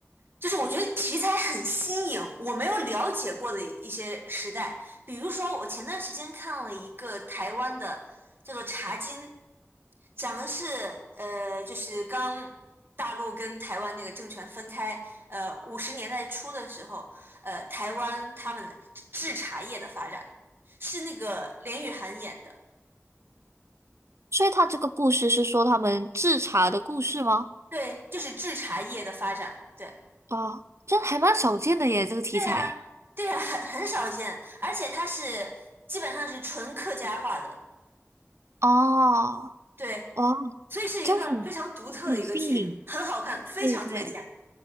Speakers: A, on the right; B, on the right.
A: 就是我觉得题材很新颖，我没有了解过的一些时代。比如说，我前段时间看了一个台湾的，叫做《茶经》，讲的是呃，就是刚大陆跟台湾那个政权分开，呃，五十年代初的时候，呃，台湾他们的制茶业的发展，是那个连俞涵演的，
B: 所以他这个故事是说他们制茶的故事吗？
A: 对，就是制茶业的发展。对。
B: 哦，这还蛮少见的耶，这个题材。
A: 对呀对呀，很很少见，而且它是基本上是纯客家话的，
B: 哦，
A: 对，
B: 哇，
A: 所以是一个非常独特的一个剧，
B: 这样很很新颖。
A: 很好看，非常推荐，
B: 对对。